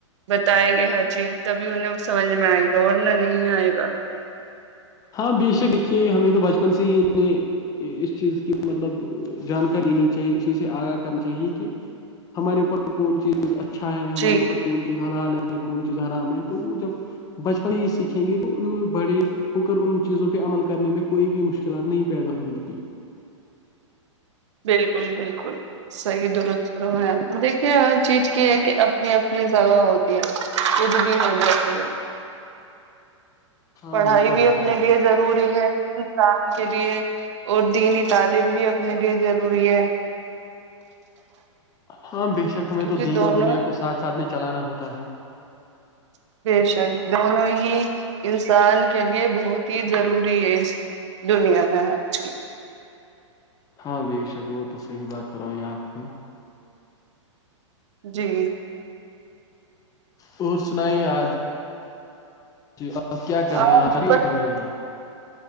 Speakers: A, on the right; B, on the left.
A: بتائیں گے ہر چیز تبھی انہیں سمجھ میں آئے گا ورنہ نہیں آئے گا
B: ہاں بے شک دیکھیے ہمیں تو بچپن سے ہی اس چیز کی مطلب جانکاریینی چاہیے اس چیز سے آگاہ کرنا چاہیے کہ ہمارے اوپر کون چیز اچھا ہے ہمارے
A: جی
B: اوپر کون چیز ہلال ہے کون چیز ہرام ہے تو وہ جب بچپن ہی سیکھیں گے تو انوں بڑے ہو کر ان چیزوں پہ عمل کرنے میں کوئی بھی مشکلات نہیں پیدا ہوں گی
A: بالکل بالکل صحیح درستوں میں دیکھیے ہر چیز کی ہے کہ اپنی اپنی جگہ ہوتی ہے کود بھی ہو جیسے
B: ہاں
A: پڑھائی
B: وہ تو
A: بھی
B: ہے
A: اپنے لیے ضروری ہے انسان کے لیے اور دینی تعلیم بھی اپنے لیے ضروری ہے
B: ہاں بےشک ہمیں
A: کیونکہ
B: تو دین
A: دونوں
B: اور دنیا کو ساتھ ساتھ میں چلانا ہوتا ہے
A: <unintelligible> بےشک دونوں ہی انسان کے لیے بہت ہی ضروری ہے دنیا میں کی
B: ہاں بےشک وہ تو صحیح بات فرمائی آپ کی
A: جی
B: اور سنائی آج جی آپ کیا
A: آپ
B: کر رہے ہیں آ بیٹ
A: بس
B: ہوئے ہیں آپ